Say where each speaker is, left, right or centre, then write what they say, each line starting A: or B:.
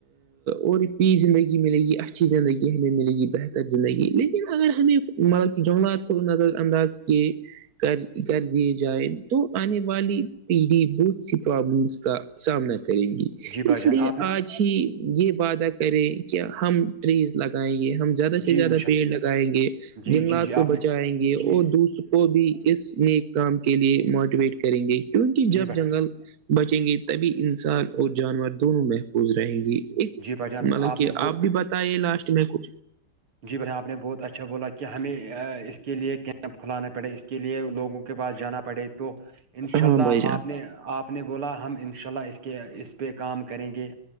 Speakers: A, on the right; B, on the right.
A: اورپی زندگی ملے گی اچھی زندگی ہمیں ملے گی بہتر زندگی لیکن اگر ہمیں مطلب کہ جنگلات کو نظر انداز کی کر کر دیے جائے تو آنے والی پیڑھی بہت سی پرابلمس کا سامنا کرے گی
B: جی بھائی
A: اس
B: جان
A: لیے
B: آپ نے
A: آج ہی یہ وعدہ کرے کہ ہم ٹریز لگائیں گے ہم زیادہ سے
B: جی
A: زیادہ
B: انشاء
A: پیڑ لگائیں گے
B: اللہ جی
A: جنگلات
B: جی جی
A: کو
B: آپ نے
A: بچائیں گے اور
B: جی
A: دوسر کو بھی اس ن کام کے لیے موٹیویٹ کریں گے کیونکہ جب
B: جی بھائی
A: جنگل <unintelligible> بچیں گے تبھی انسان اور جانور دونوں محفوظ رہیں گی ایک
B: جی بھائی جان
A: مطلب کہ
B: نے وہ
A: آپ بھی بتے لاسٹ میں کو
B: جی بھائی آپ نے بہت اچھا بولا کہ ہمیں اس کے لیے کیمپ کھلانا پڑے اس کے لیے لوگوں کے پاس جانا پڑے تو انشاء
A: ہاں
B: اللہ
A: بھائی جان
B: آپ نے آپ اپ نے بولا ہم انشاء اللہ اس کے اس پہ کام کریں گے